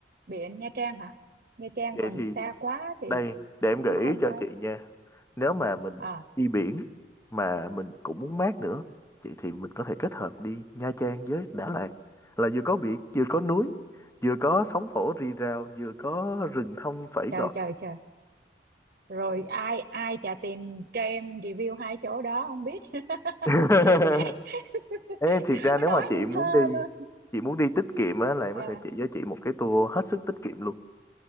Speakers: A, on the right; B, on the left.
A: biển Nha Trang hả Nha Trang
B: vậy
A: còn
B: thì
A: xa quá thì
B: đây để em
A: cũng
B: gợi
A: không
B: ý cho
A: ấy
B: chị nha nếu mà mình
A: à
B: đi biển mà mình cũng muốn mát nữa chị thì mình có thể kết hợp đi Nha Trang với Đà Lạt là vừa có biển vừa có núi vừa có sóng vỗ rì rào vừa có rừng thông phẩy
A: trời
B: gọi
A: trời trời rồi ai ai trả tiền cho em review hai chỗ đó không biết
B: <laughs>
A: <laughs>
B: Ê, thiệt ra
A: nó
B: nếu
A: nói
B: mà chị
A: như
B: muốn
A: thơ
B: đi
A: luôn
B: chị muốn đi tiết kiệm á là em
A: Ờ,
B: có thể chỉ cho chị một cái tour hết sức tiết kiệm luôn